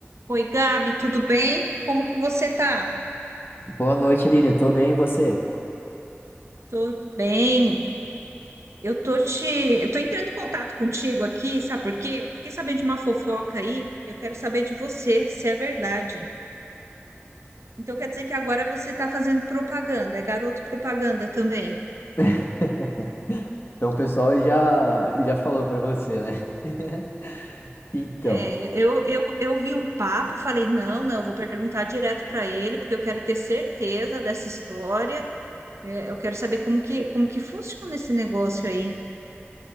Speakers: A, on the right; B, on the left.
A: Oi, Gabi, tudo bem? Como que você tá?
B: Boa noite, Aline. Tô bem, e você?
A: Tô bem. Eu tô te, eu tô entrando em contato contigo aqui, sabe por quê? Fiquei sabendo de uma fofoca aí, e eu quero saber de você se é verdade. Então quer dizer que agora você tá fazendo propaganda, é garoto propaganda também.
B: <laughs> Então, o pessoal já, já falou pra você, né? <laughs> Então,
A: É, eu, eu, eu vi um papo e falei, não, não, eu vou perguntar direto para ele, porque eu quero ter certeza dessa história. É, eu quero saber como que, como que funciona esse negócio aí.